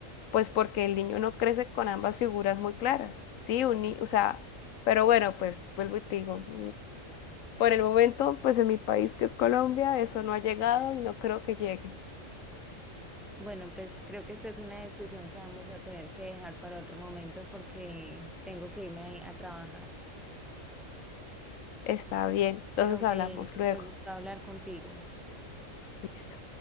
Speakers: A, on the left; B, in the centre.
A: pues porque el niño no crece con ambas figuras muy claras, ¿sí? Un ni- o sea, pero bueno, pues vuelvo y te digo, mm, por el momento, pues en mi país que es Colombia, eso no ha llegado y no creo que llegue.
B: Bueno, pues creo que esta es una discusión que vamos a tener que dejar para otro momento porque tengo que irme a trabajar.
A: Está bien, entonces
B: Pero me,
A: hablamos luego.
B: me gustó hablar contigo.
A: Listo.